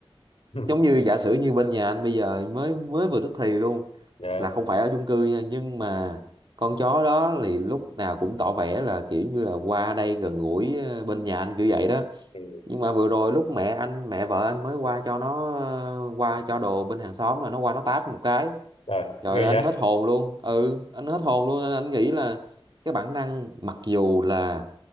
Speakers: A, on the left; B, on the right.
A: <laughs> ừ.
B: giống như giả sử như bên nhà anh bây giờ mới mới vừa tức thì luôn
A: dạ
B: là không phải ở chung cư nha nhưng mà con chó đó thì lúc nào cũng tỏ vẻ là kiểu như là qua đây gần gũi ờ, bên nhà anh kiểu vậy đó
A: ừ.
B: nhưng mà vừa rồi lúc mẹ anh mẹ vợ anh mới qua cho nó ờ, qua cho đồ bên hàng xóm là nó qua nó táp một cái
A: rồi
B: Trời
A: ghê
B: ơi, anh
A: vậy
B: hết hồn luôn. Ừ, anh hết hồn luôn nên anh nghĩ là cái bản năng mặc dù là